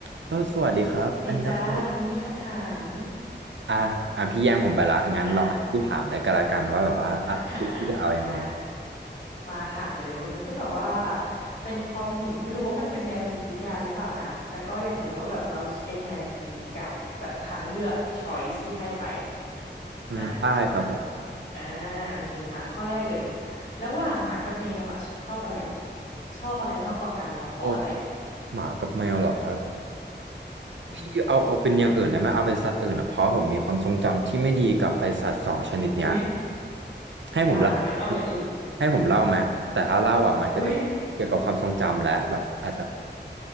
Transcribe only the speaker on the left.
สวัสดีจ้าวันนี้มีคำถาม
อ่า <laughs> อ่ามาถามเลยวันนี้ก็แบบว่าเป็นความเห็นไม่รู้ว่ามันเป็นแนวจิตวิทยาหรือเปล่านะแต่ก็อยากรู้ว่าแบบเราคิดยังไงกับแบบทางเลือก choice ที่ให้ไป
นะอ่าโอเคมาข้อแรกเลยระหว่างหมากับแมวอ่ะชอบอะไรชอบอะไรมากกว่ากันแล้วเพราะอะไร
อืม
อุ๊ย
อ่าอ่างั้นเอาอย่างอื่น
อุ๊ย